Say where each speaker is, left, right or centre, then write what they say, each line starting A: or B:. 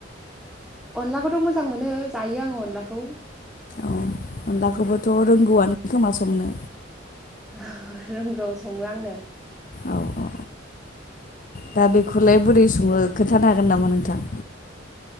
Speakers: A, in the centre; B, on the left (about 45°).
A: अनलाखौथ' मोजां मोनो जायो आङो अनलाखौ।
B: औ अनलाखौबोथ' रोंगौआनो खोमा संनो?
A: औ रोंगौ सङो आंनो।
B: औ औ दा बेखौलाय बोरै
A: औ
B: सङो? खिथानो हागोन नामा नोंथां?